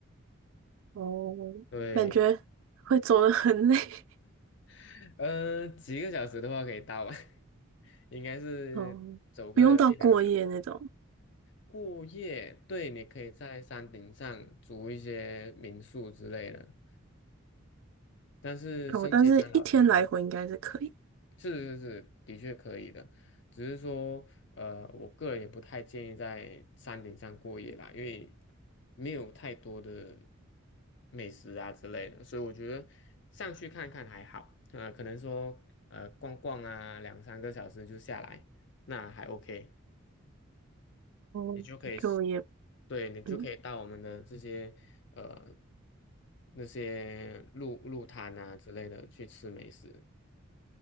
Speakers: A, on the right; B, on the left.
A: 哦，
B: 对，
A: 感觉会走的很累。<laughs>
B: <laughs> 呃，几个小时的话可以搭完，<laughs> 应该是走个一两个小时。
A: 哦，不用到过夜那种。
B: 过夜，对，你可以在山顶上租一些民宿之类的，但是升级山老实说。
A: 哦，但是一天来回应该是可以，
B: 是是是，的确可以的，只是说，呃，我个人也不太建议在山顶上过夜啦，因为没有太多的美食啊之类的，所以我觉得上去看看还好，呃，可能说，呃，逛逛啊，两三个小时就下来，那还 OK，
A: 哦，
B: 你就可以，
A: 就也
B: 对，你就可以到我们的这些，
A: 嗯，
B: 呃，那些路路摊啊之类的去吃美食。